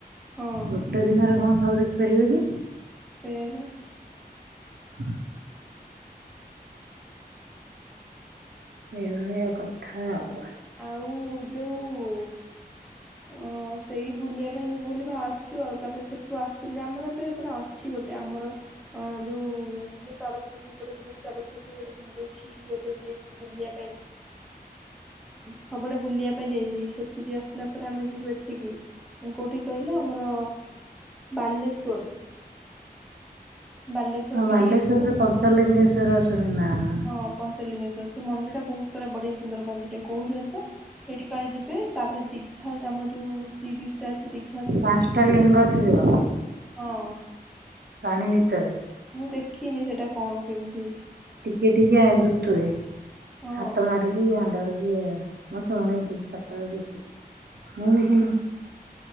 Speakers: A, in the centre; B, on the right.
A: ହଁ
B: ଗୋଟେ ଦିନରେ କଣ? ହଉ ଦେଖ ପରି ହାଗ
A: ସେବ
B: ହ ଏଇଭଳିଆ କଥା ଆଉ।
A: ଆଉ ଯୋଉ ଅ ସେଇ ବୁଲିବା ପାଇଁ ଯିବୁ ବୋଲି ବାାବିଛୁ ଆଉ ତାପରେ ସେଠୁ ଆସିଲେ ଆମର ଏବେ ପୁରା ଅଛି ଗୋଟେ ଆମର ଅ ଯୋଉ ଇଏ ତରଫରୁ ବି ଗୋଟେ ଗ୍ରୁପ ତରଫରୁ ବି ଗୋଟେ ଦି ଯାଇଛି କି ଗୋଟେ ଇଏ ବୁଲିବା ପାଇଁ। ସବୁଆଡ଼େ ବୁଲିବା ପାଇଁ ଦିଯଛି ସେଠି ଯ ଆସିଲା ପରେ ଆମେ ଯିବୁ ଏଠିକି କଉଠି କହିଲ ଆମର ବାଲେଶ୍ଵର ବାଲେଶ୍ଵର
B: ହଁ
A: ବି
B: ମଲେଶ୍ଵରରେ
A: ଟିକେ ଯିବୁ
B: ପଞ୍ଚ ଲଙ୍ଗେଶ ସେ ରଶନି ନା କଣ?
A: ହଁ ପଞ୍ଚଲିଙ୍ଗେଶ୍ଵର ସେ ମନ୍ଦିର ଟା ବହୁତ କଳେ ବଢିଆ ସୁନ୍ଦର ମନ୍ଦିର ଟେ କହୁଛନ୍ତି ତ ସେଇଠି କାଳେ ଯିବେ ତାପରେ ଦିଘା ଆମ ଯୋଉ ଶ ବି ଅ ଦୀଖାକୁ ସେଠିକ
B: ପାଞ୍ଚଟା
A: କରିଛି
B: ଲିଙ୍ଗ ଥିବ
A: ହଁ।
B: ପାଣି ଭିତରେ।
A: ମୁଁ ଦେଖିନି ସେଟା କଣ କେମିତି ହେଇଛି?
B: ଟିକେ ଟିକେ ଆ ଦୁଷ୍ଟ ହୁଏ
A: ହଁ
B: ହାତ ମାରିକି ଆ ପଟଳ ବି ମଁ ସୋହଣ ଜ ପଟଳ ଦେଇ ମୁଁ ଦେଖିନି